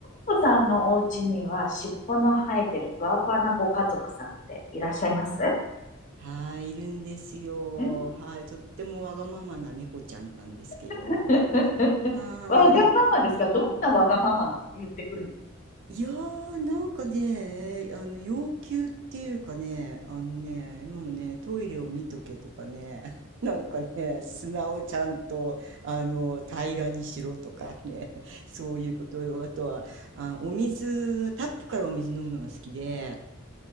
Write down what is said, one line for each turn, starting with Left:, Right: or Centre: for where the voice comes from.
Left: お子さんのお家には尻尾の生えてるふわふわなご家族さんっていらっしゃいます
Right: はい、いるんですよ。
Left: うん
Right: はい、とってもわがままな猫ちゃんなんですけれども。
Left: <laughs>
Right: はい、
Left: わがままですが、
Right: うん。
Left: どんなわがまま言ってくるんです
Right: いやー、なんかね、あの、要求っていうかね、あのね、今もね、トイレを見とけとかね、<laughs> なんかね、砂をちゃんと、あの、平らにしろとかね、<laughs> そういうことよ。あとは、あ、お水、タップからお水飲むのが好きで、